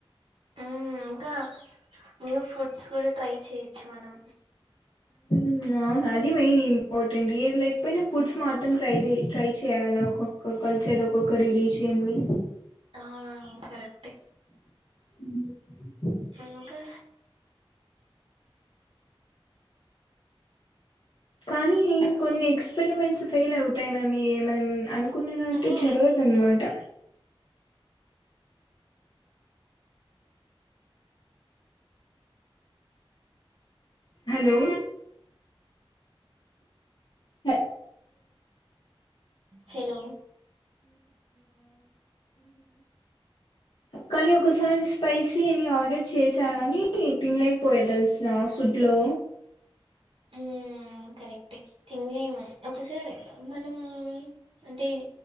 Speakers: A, on the right; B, on the left.
A: అయ్ ఇంకా న్యూ ఫుడ్స్ కూడా ట్రై చేయచ్చు మనం
B: మ్మ్ అవును అది మెయిన్ ఇంపార్టెంట్ ఏది లేకపోయినా ఫుడ్స్ మాత్రం ట్రైల్ ట్రై చేయ్యాలా ఒక్కొక్క కల్చర్ ఒక్కొక్క రిలీజియని
A: ఆ కరెక్టే
B: మ్మ్
A: మ్మ్ ఇంకా
B: కానీ కొన్ని ఎక్స్పరిమెంట్స్ ఫెయిల్ అవుతాయి మనం ఎమన్ అన్ కొన్నినట్టు
A: కానీ
B: జరగదు అన్నమాట హలో ఆహ్
A: హలో,
B: కానీ ఒకసారి స్పైసీ అని ఆర్డర్ చేసా కాని తినలేకపోయ తెలుసా ఫుడ్ లో.
A: ఉమ్ కరెక్టే తినలేము ఒకసారి మనము అంటే